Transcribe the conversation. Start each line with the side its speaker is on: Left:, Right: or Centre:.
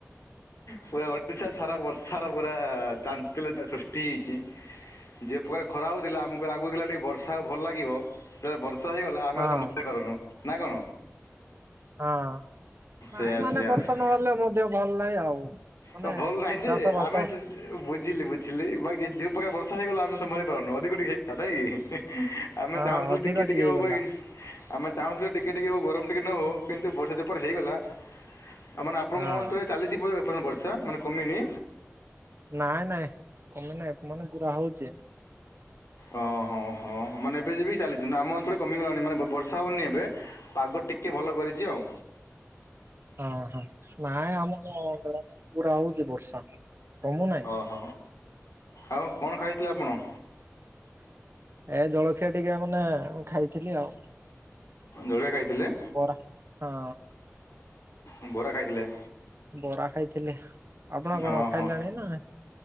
Left: ପୁରା ଓଡିଶା ସାରା ବର୍ଷ ସାର ପୁରା ଚାନ୍ତିଲ୍ୟ ସୃଷ୍ଟି ହେଇଛି ଯେଉ ପ୍ରକାର ଖରା ହେଉଥିଲା ଆମ ମତେ ଲାଗୁଥିଲା ଟିକେ ବର୍ଷା ଭଲ ଲାଗିବ ସେେବେଳେ ବର୍ଷା ହେଇଗଲା ଆମେ
Right: ହଁ
Left: ସମ୍ଭ କରନୁ ନା କଣ?
Right: ହଁ
Left: ସେୟା
Right: ଭାଇ ମାନେ
Left: ସେୟା
Right: ବର୍ଷା ନହେଲେ ମଧ୍ୟ ଭଲ ନାହିଁ ଆଉ। ମାନେ
Left: ହ ଭଲ ନାହିଁ ଯେ
Right: ଚାଷ ବାସ
Left: ଆମେ ବୁଝିଲି ବୁଝି ଥିଲ ବା ଯୋଉ ପ୍ରକାର ବର୍ଷ ହେଇଗଲା ଆମେ ସମ୍ଭାଳି ପାରୁନୁ ଅଧିକ ଟିକେ ହେଇଗଲା ନାଇଁ। ଆମେ
Right: ହଁ
Left: ଚାହୁଁଥିଲୁ
Right: ଅଧିକ
Left: ଟିକେ ଟିକେ ହବ
Right: ହେଇଗଲା
Left: ହେଇ କି। ଆମେ ଚାହୁଁଥିଲେୁ ଟିକିେ ଟିକିଏ ହେଉ ଗରମ ଟିକେ ନ ହେଉ କିନ୍ତୁ ବର୍ଷ ଚପର ହେଇଗଲା ଆଉାନେ ଆପଣଙ୍କ
Right: ହଁ
Left: ମନ୍ତେ ଚାଲିଚିଏ ପର୍ଯ୍ୟନ୍ତ ପର୍ଷ ମାନେ କମିନି?
Right: ନାଇଁ ନାଇଁ କମେ ନାଇଁ ମାନେ ପୁରା ହଉଛି।
Left: ଓହୋ ହଁ ମାନେ ଏବେ ଯ ବି ଚାଲିଛନ୍ତି ଆମ ଅଞ୍ଚଳରେ କମିଗଲାଣି ମାନେ ବର୍ଷା ହଉନି ଏବେ ପାଗ ଟିକେ ଭଲ କରିଚି ଆଉ।
Right: ହଁ ହଁ ନାଇଁ ଆମ ଗ୍ରାମ ପୁରା ହଉଛି ବର୍ଷା କମୁନାହି।
Left: ଓହ ଆଉ କଣ ଖାଇଥିଲେ ଆପଣ?
Right: ହେ ଜଳଖିଆ ଟିକେ ମାନେଁ ଖାଇଥିଲି ଆଉ।
Left: ଜଳଖିଆ ଖାଇଥିଲେ?
Right: ବୋରା ହଁ।
Left: ଉ ବରା ଖାଇଥିଲେ?
Right: ବରା ଖାଇଥିଲେ ଆପଣ
Left: ହଁ
Right: କଣ ଖାଇଲେଣି
Left: ହଁ
Right: ନାଇଁ।